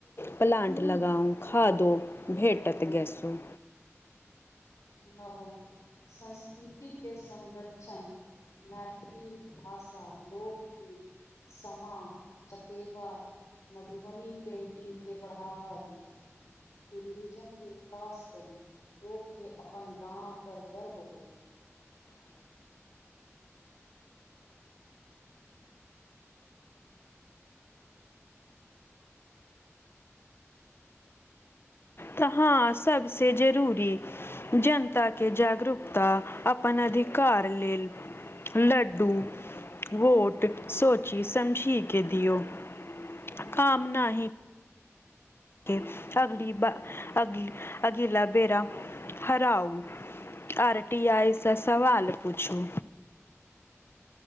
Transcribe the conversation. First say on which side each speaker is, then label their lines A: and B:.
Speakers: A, on the left; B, on the left.
A: प्लान्ट लगाउं, खादो भेटत गैसो
B: नबम संस्कृतिके संरक्षण। मैथिली भाषा, लोकगीत समा चकेवा मधुबनी पेंटिंग के बढ़ावा दियौ। टूरिरिजम के विकास करु, लोकके अपन गाम पर गर्व हो।
A: त हँ सबसे जरूरी जनता के जागरूकता अपन अधिकार लेल लड्डू वोट सोची समझी के दिऔ। <inaudible> काम नाही के अगली बा अगी अगिला बेेर आब हराउ। आर टी आइ सं सवाल पुछू।